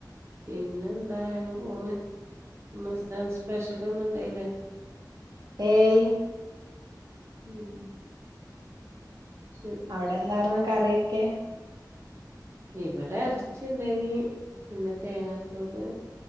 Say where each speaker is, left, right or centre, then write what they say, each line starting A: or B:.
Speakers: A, on the right; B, on the right.
A: പിന്നെ എന്താ അങ്ങനെ പോണു ഇന്ന് <unintelligible> സ്പെഷല് ഒന്നും ഇണ്ടായില്ലേ
B: ഏയ്
A: ഉം ശരി
B: അവിടെ എന്താർന്ന് കറിയൊക്കെ
A: ഇവിടെ ഇറചിണ്ടായിനി പിന്നെ തേങ്ങാച്ചോറ്